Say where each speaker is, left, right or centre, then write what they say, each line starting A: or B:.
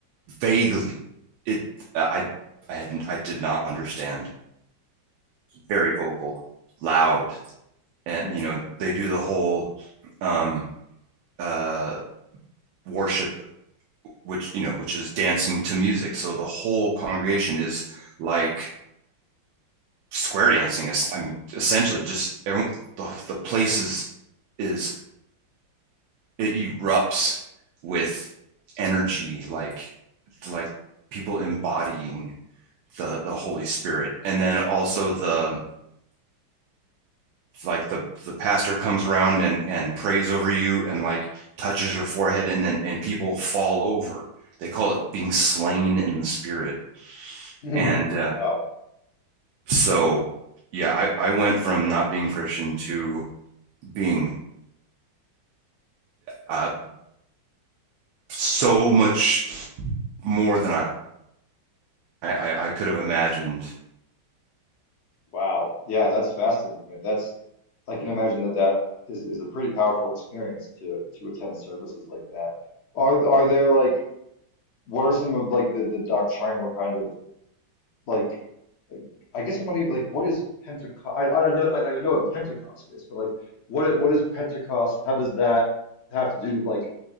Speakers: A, on the right (about 75°); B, on the left (about 75°).
A: vaguely. It I I had I did not understand. Very vocal, loud, and
B: Hmm.
A: you know they do the whole um uh worship which you know which is dancing to music so the whole congregation is like square dancing i mean essentially just everyone the, the place is is it erupts with energy like like people embodying the the holy spirit and then also the like the the pastor comes around and and prays over you and like touches your forehead and then and people fall over they call it being slain in the spirit
B: <laughs>
A: and uh,
B: Wow.
A: so yeah I, I went from not being christian to being uh, so much more than I, I i could have imagined
B: Wow. Yeah, that's fascinating. man. That's I can imagine that that is, is a pretty powerful experience to to attend services like that. Are are there like what are some of like the the doctrinal kind of like I guess I'm not even like what is Pentecost? I I know I, I know what Pentecost is, but like what i- what is Pentecost? How does that have to do with like